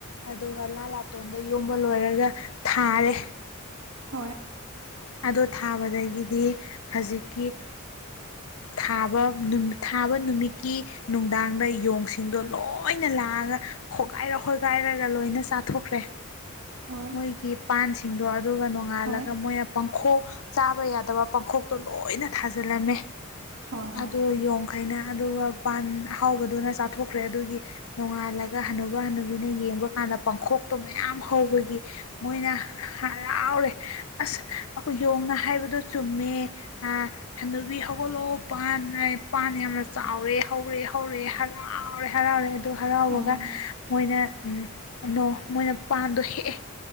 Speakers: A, on the left; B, on the right.
A: ꯑꯗꯨꯒ ꯂꯥ ꯂꯥꯇꯣꯟꯗ ꯌꯣꯝꯕ ꯂꯣꯏꯔꯒ ꯊꯥꯔꯦ
B: ꯍꯣꯏ
A: ꯑꯗꯣ ꯊꯥꯕꯗꯒꯤꯗꯤ ꯍꯧꯖꯤꯛꯀꯤ ꯊꯥꯕ ꯊꯥꯕ ꯅꯨꯃꯤꯠꯀꯤ ꯅꯨꯡꯗꯥꯡꯗ ꯌꯣꯡꯁꯤꯡꯗꯣ ꯂꯣꯏꯅ ꯂꯥꯛꯑꯒ ꯈꯣꯒꯥꯏꯔ ꯍꯣꯒꯥꯏꯔꯒ ꯂꯣꯏꯅ ꯆꯥꯊꯣꯛꯈ꯭ꯔꯦ
B: ꯍꯣꯏ
A: ꯃꯣꯏꯒꯤ ꯄꯥꯟꯁꯤꯡꯗꯣ ꯑꯗꯨꯒ ꯅꯣꯡ ꯉꯥꯂꯒ
B: ꯍꯣꯏ
A: ꯃꯣꯏ ꯄꯈꯣꯛ ꯆꯥꯕ ꯌꯥꯗꯕ ꯄꯥꯡꯈꯣꯛꯇꯣ ꯂꯣꯏꯅ ꯊꯥꯖꯤꯜꯂꯝꯃꯦ
B: ꯍꯣꯏ ꯍꯣꯏ
A: ꯑꯗꯨ ꯌꯣꯡꯈꯩꯅ ꯑꯗꯨꯒ ꯄꯥꯟ ꯍꯥꯎꯕꯗꯨꯅ ꯆꯥꯊꯣꯛꯈ꯭ꯔꯦ ꯑꯗꯨꯒꯤ ꯅꯣꯡꯉꯥꯜꯂꯒ ꯍꯟꯅꯨꯕ ꯍꯅꯨꯕꯤꯅ ꯌꯦꯡꯕ ꯀꯥꯟꯗ ꯄꯥꯡꯈꯣꯛꯇꯣ ꯃꯌꯥꯝ ꯍꯧꯕꯒꯤ ꯃꯣꯏꯅ ꯍꯔꯥꯎꯔꯦ ꯑꯁ ꯑꯩꯈꯣꯏ ꯌꯣꯡꯅ ꯍꯥꯏꯕꯗꯣ ꯆꯨꯝꯃꯦ ꯑ ꯍꯅꯨꯕꯤ ꯍꯧꯒꯠꯂꯣ ꯄꯥꯟꯉ ꯄꯥꯟ ꯌꯥꯝꯅ ꯆꯥꯎꯔꯦ ꯍꯧꯔꯦ ꯍꯧꯔꯦ ꯍꯔꯥꯎꯔꯦ ꯍꯔꯥꯎꯔꯦ ꯑꯗꯨ ꯍꯔꯥꯎꯔꯒ
B: ꯑꯥ
A: ꯃꯣꯏꯅ ꯀꯩꯅꯣ ꯃꯣꯏꯅ ꯄꯥꯟꯗꯣ ꯍꯦꯛꯑꯦ